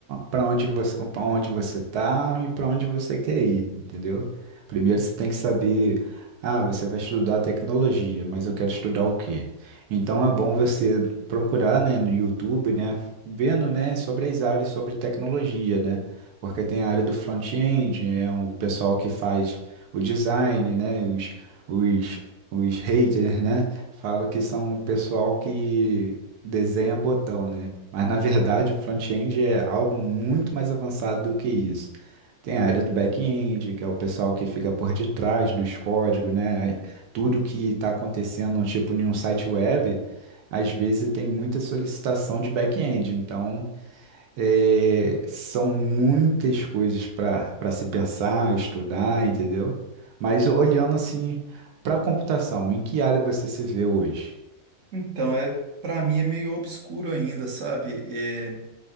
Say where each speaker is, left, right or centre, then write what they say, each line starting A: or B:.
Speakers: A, on the right (about 85°); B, on the right (about 60°).
A: para onde você, para onde você tá e para onde você quer ir, entendeu? Primeiro você tem que saber, ah, você vai estudar tecnologia, mas eu quero estudar o quê? Então é bom você procurar, né, no YouTube, né, vendo, né, sobre as áreas sobre tecnologia, né? Porque tem a área do front-end, é o pessoal que faz o design, né, os, os, os haters, né? Falo que são o pessoal que desenha botão, né? Mas na verdade o front-end é algo muito mais avançado do que isso. Tem a área do back-end, que é o pessoal que fica por detrás dos códigos, né? Tudo que está acontecendo, tipo, em um site web, às vezes tem muita solicitação de back-end. Então, é, são muitas coisas para para se pensar, estudar, entendeu? Mas olhando assim para a computação, em que área você se vê hoje?
B: Então, é para mim é meio obscuro ainda, sabe? É,